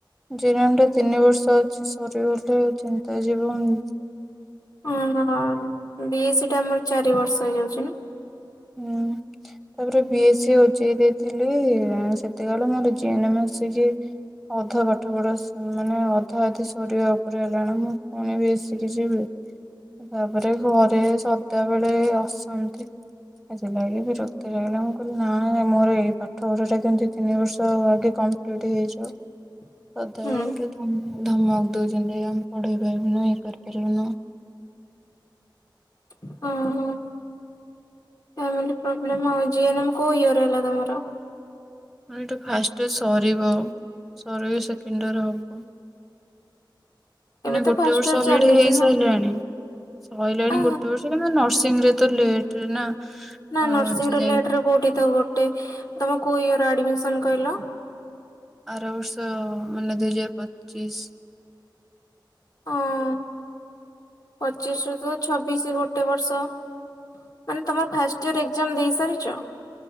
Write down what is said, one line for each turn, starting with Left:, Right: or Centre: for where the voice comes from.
Centre: ଜିଏନେମ ଟା ତିନି ବର୍ଷ ଅଛି ସରିଗଲେ ଚିନ୍ତା ଜୀବ ଉଁ।
Left: ଓହୋ ବି ଏ ସି ଟା ଆମର ଚାରି ବର୍ଷ ହେଇଯାଉଛି ନା?
Centre: ହୁଁ ତାପରେ ବିଏସି ଓଜେଇ ଦେଇଥିଲି ଥିଲି ସେତେକାଳୁ ମୋର ଜିଏନେମ ଆସିକି ଅଧା ପାଠ ପଢା ସ ମାନେ ଅଧା ଅଧି ସରିବା ଉପରେ ହେଲାଣି ମୁଁ ପୁଣି ବି ଏସିକି ଯିବି। ତାପରେ ଘରେ ସଦାବେଳେ ଅସାନ୍ତି। ସେଥିଲାଗି ବିରକ୍ତି ଲାଗିଲା ମୁଁ କହିଲି ନାଇଁ ନାଇଁ ମୋର ଏଇ ପାଠ ଘରଟା ଦି ତିନି ବର୍ଷ ଆଗେ କମ ମ୍ପ୍ଲି ଟି ହେଇଯାଉ।
Left: <inaudible>
Centre: ସଦାବେଳେ
Left: ହୁଁ
Centre: ଗୋଟେ ଧମ ଧମକ ଦଉଛନ୍ତି ଆମେ ପଢେଇ ପାରିବୁନୁ ଇଏ କରିପାରିବୁନୁ।
Left: ଅଁ ହଁ। ଫାମିଲି ପ୍ରୋବ୍ଲେମ୍ ଆଉ ଯିନମ କଉ ୟଏର ହେଲା ତମର
Centre: ମ ଏଇଠି ଫାଷ୍ଟ ସରିବ ସରି କି ସେକେଣ୍ଡରେ ହବ
Left: ଏବେ
Centre: ମାନେ
Left: ତ
Centre: ଗୋଟେ
Left: ଫାଷ୍ଟ
Centre: ବର୍ଷ
Left: ଇୟର
Centre: ଅଲରେଡି
Left: ଚାଲିଛି
Centre: ହେଇସାରିଲାଣି
Left: ନା
Centre: ସରିଲାଣି
Left: ଆ
Centre: ଗୋଟେ ବର୍ଷ ନର୍ସିଂ ରେ ତ ଲେଟରେ ନା
Left: ନା
Centre: ହଉଛି
Left: ନର୍ସିଂରେ
Centre: ଯାଇକି
Left: ଲେଟରେ କୋଉଠି ତ ଗୋଟେ ତମେ କୋଉ ଇୟର ଆଡମିସନ କହିଲ
Centre: ଆର ବର୍ଷ ମାନେ ଦୁଇହଜାର ପଚିଶ
Left: ଓ ହ ପଚିଶ ରୁ ତ ଛବିଶ ଗୋଟେ ବର୍ଷ ମାନେ ତମର ଫାଷ୍ଟ ଇୟର୍ ଏକ୍ଜାମ ଦେଇସାରିଛ